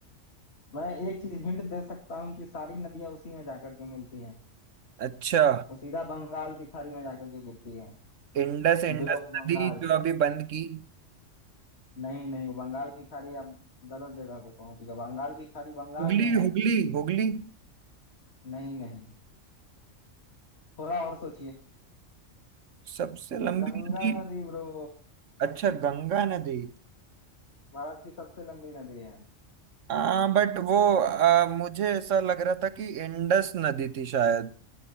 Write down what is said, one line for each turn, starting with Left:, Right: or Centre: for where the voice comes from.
Left: मैं एक चीज हिंट दे सकता हूँ कि सारी नदियां उसी में जाकर के मिलती हैं
Right: अच्छा
Left: वो सीधा बंगाल की खाड़ी में जाकर के गिरती है
Right: इंडस इंडस
Left: ब्लॉक
Right: नदी
Left: बंगाल
Right: जो अभी बंद की
Left: नहीं नहीं बंगाल की खाड़ी आप गलत जगह पे पहुंच गए बंगाल की खाड़ी बंगाल
Right: हुगली
Left: में है
Right: हुगली हुगली
Left: नहीं नहीं थोड़ा और सोचिए
Right: सबसे लंबी
Left: गंगा
Right: नदी
Left: नदी ब्रो
Right: अच्छा गंगा नदी
Left: भारत की सबसे लंबी नदी है
Right: आ बट वो आ, मुझे ऐसा लग रहा था कि इंडस नदी थी शायद